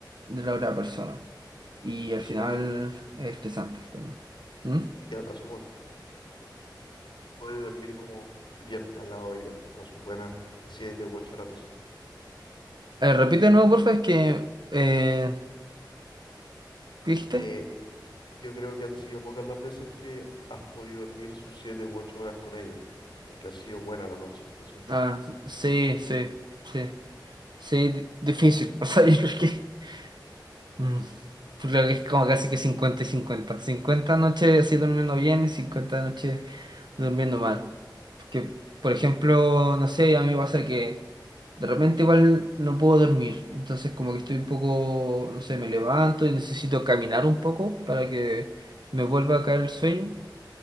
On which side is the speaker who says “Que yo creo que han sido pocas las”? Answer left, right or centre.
Left